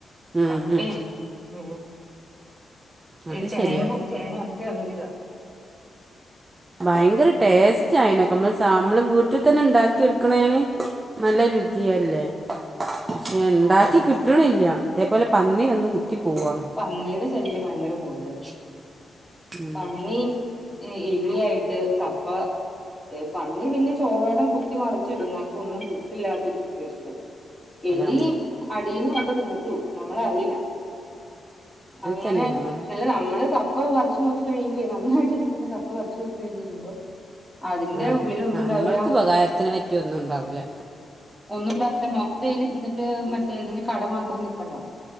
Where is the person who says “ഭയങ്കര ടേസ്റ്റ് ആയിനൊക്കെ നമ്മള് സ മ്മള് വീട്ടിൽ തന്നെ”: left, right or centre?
Right